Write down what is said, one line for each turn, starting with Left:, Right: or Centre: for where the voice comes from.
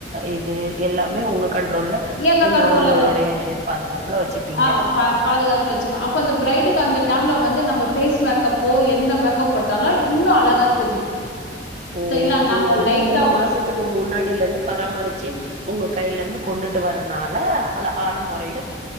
Right: இது எல்லாமே ஒங்க கண்ட்ரோல்லா
Left: எங்க
Right: நீங்க
Left: கண்ட்ரோல்ல
Right: ஒங்களுடைய
Left: தான்
Right: பாதுகாப்புல வச்சுப்பீங்க
Left: ஆ பா பாதுகாப்புல வச்சுக்கோ அப்ப அந்த பிரைடுக்கு அந்த டைம்ல வந்து நம்ம பேஸ் மேக்கப் இப்போ எந்த மேக்கப் போட்டாலு இன்னு அழகா தெரியு
Right: ஓ
Left: சரிங்களா நாங்க
Right: நீங்க வந்து
Left: லைட்டா
Right: மூனு மாசத்துக்கு முன்னாடில இருந்து பராமரிச்சு உங்க கையில இருந்து கொண்டுட்டு வரனால அழகான மொறையில